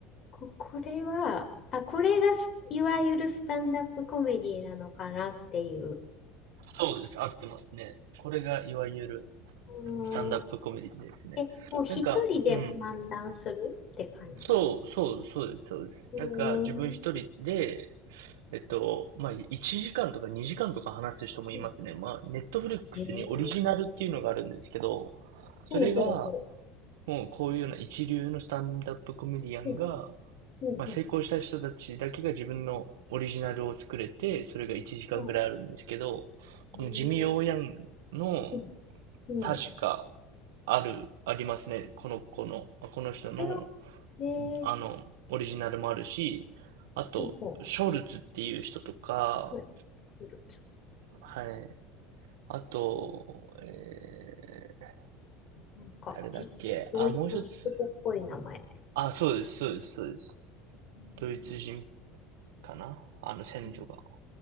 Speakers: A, on the left; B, on the right.
A: こ、これは、あ、これがすいわゆるスタンダップコメディなのかなっていう。
B: そうです。合ってますね。これがいわゆる
A: うーん。
B: スタンダップコメディですね。
A: え、もう一人で漫談するって感じ。
B: なんか、うん。そう、そう、そうです、そうです。
A: うーん。
B: なんか、自分一人で、えっと、まあ、1時間とか2時間とか話す人もいますね。
A: うん
B: まあ、ネットフリックスにオリジナルっていうのがあるんですけど、
A: えー、ほうほうほ
B: それが、もうこういうような一流のスタンダップコメディアンが、
A: う。うん、うん、
B: まあ、成功した人たちだけが自分のオリジナルを作れて、
A: うん。
B: それが1時間ぐらいあるんですけど、
A: ほ
B: このジミー・
A: うえー
B: オーヤンの、
A: うん、
B: 確か、
A: うん。そ
B: ある、ありますね。この子の、あこの人の、
A: れはえー、
B: あの、オリジナルもあるし、あと、
A: ほうほ
B: ショルツっていう人とか、
A: う。はいフルーツ
B: はい。あと、えー、
A: なんか、
B: 誰だっけあ、
A: い、ドイ、
B: もう一つ。
A: ドイツ語っぽい名前。
B: あ、そうです、そうです、そうです。
A: うーん
B: ドイツ人かなあの、先祖が。
A: え